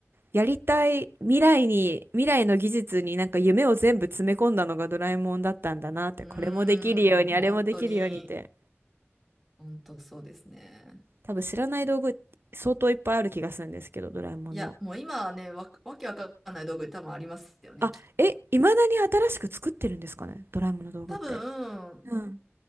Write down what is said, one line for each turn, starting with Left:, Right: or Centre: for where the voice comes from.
Right: やりたい未来に、未来の技術になんか夢を全部詰め込んだのがドラえもんだったんだなって。
Centre: うーん、
Right: これもできるように、
Centre: 本当に、
Right: あれもできるようにって。
Centre: 本当そうですね。
Right: 多分知らない道具相当いっぱいある気がするんですけど、ドラえもんの。
Centre: いや、もう今はね、わ、わけわかんない道具多分ありますよね、
Right: あ、
Centre: きっと。
Right: え、いまだに新しく作ってるんですかね、ドラえもんの道具って。
Centre: 多分、
Right: うん。